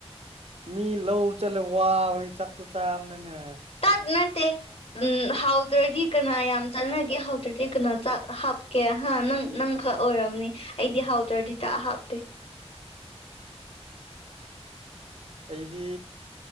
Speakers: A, on the right; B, on the left.
A: ꯃꯤ ꯂꯧ ꯆꯠꯂꯦ ꯋꯥꯕꯦ ꯆꯥꯛꯠꯇꯨ ꯆꯥꯝꯅꯅꯦ
B: ꯇ ꯅꯠꯇꯦ ꯎꯝ ꯍꯥꯎꯗ꯭ꯔꯗꯤ ꯀꯅꯥ ꯌꯥꯝ ꯆꯥꯟꯅꯒꯦ ꯍꯥꯎꯗ꯭ꯔꯗꯤ ꯀꯅꯥ ꯍꯥꯞꯀꯦ ꯍꯥ ꯅꯪ ꯅꯪ ꯈꯛ ꯑꯣꯏꯔꯝꯅꯤ ꯑꯩꯗꯤ ꯍꯥꯎꯗ꯭ꯔꯗꯤ ꯆꯥꯛ ꯍꯥꯞꯇꯦ
A: ꯑꯩꯗꯤ